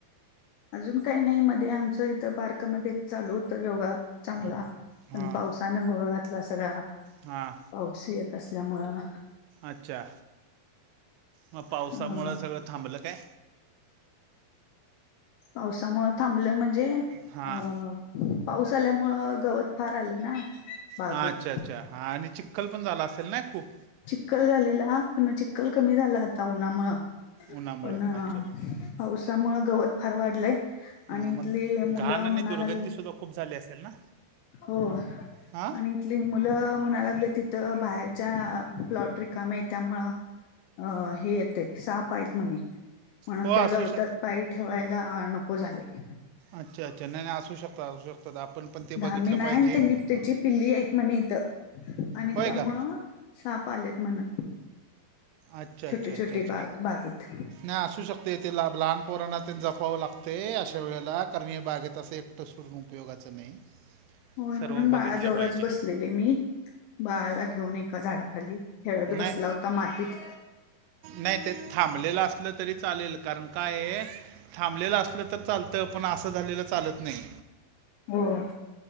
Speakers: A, on the left; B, on the right.
A: अजून काही नाही मध्ये आमचं इथं पार्कमध्ये चालू होत योगा चांगला
B: हां,
A: पण पावसाने घोळ घातला सगळा
B: हां.
A: पाऊस येत असल्यामुळं
B: अच्छा म पावसामुळं
A: अ
B: सगळं थांबलं काय?
A: पावसामुळे थांबलं म्हणजे
B: हां
A: अ पाऊस आल्यामुळं गवत फार आलं ना. बागेत
B: हा, अच्छा अच्छा! हा आणि चिखल पण झाला असेल ना खूप.
A: चिखल झालेला, पण चिखल कमी झालाय आता उन्हामुळं
B: उन्हामुळं
A: पण
B: अच्छा
A: पावसामुळ गवत फार वाढलंय
B: हां
A: आणि इथली
B: मग
A: मुलं
B: घाण आणि
A: म्हणा
B: दुर्गंधीसुद्धा
A: लागल्यांत
B: खूप झाली असेल ना
A: हो
B: हां
A: आणि इथली मुलं म्हणा लागलेत तिथं बाहेरच्या प्लॉट रिकामे त्यामुळ अ हे येतय साप आहेत म्हणे म्हणून
B: हो असू
A: त्या गवतात
B: श
A: पाय ठेवायला नको झालय
B: अच्छा अच्छा! नाही नाही असू शकतात असू शकतात, आपण पण ते
A: धामी
B: बघितलं
A: नाही
B: पाहिजे.
A: त्यांनी त्याची पिल्ली हायत म्हणे इथं, आणि
B: होय
A: त्यामुळं
B: का
A: साप आलेत म्हण.
B: अच्छा अच्छा
A: छोटी
B: अच्छा
A: छोटी
B: अच्छा!
A: बाग बागेत
B: नाही असू शकत. ते तिला लहान पोरांना जपाव लागतयं, अशा वेळेला कारण हे बागेत असे तसं सोडून उपयोगाचं नाही.
A: होय, म्हणून
B: सर्व
A: बाळा
B: बघितलं
A: जवळच
B: पाहिजे
A: बसले. मी बाळाला घेऊन एका झाडाखाली खेळत
B: नाही
A: बसला होता मातीत.
B: नाही ते थांबलेलं असलं तरी, चालेल कारण काय ये थांबलेलं असलं तर चालतं, पण असं झालेलं चालत नाही.
A: होय.